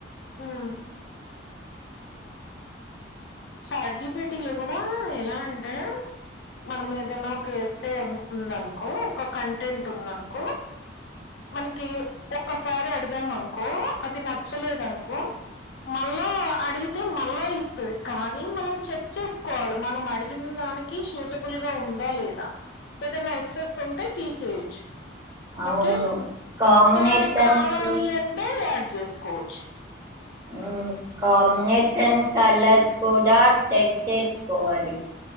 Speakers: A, on the left (about 60°); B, on the right (about 15°).
A: ఉమ్ చాట్ జిపిటి లో కూడ ఎలా అంటే మనం ఏదనా ఒక ఎస్సే ఉందనుకో ఒక కంటెంట్ ఉందనుకో మనకి ఒకసారి అడిగామనుకో అది నచ్చలేదనుకో మళ్ళా అడిగితే మళ్ళా ఇస్తది కానీ మనం చెక్ చేసుకోవాలి మనం అడిగిన్ దానికి ష్యూటబుల్ గా ఉందా లేదా ఏదైన ఎక్సెస్ ఉంటే తీసేయొచ్చు
B: అవును
A: ఓకే
B: కాంబినేషన్
A: ఏమన్నా కావాలి
B: తో
A: అంటే యాడ్ చేసుకోవచ్చు
B: ఉమ్ కాంబినేషన్ కలర్ కూడా పెట్టి యేసు కోవాలి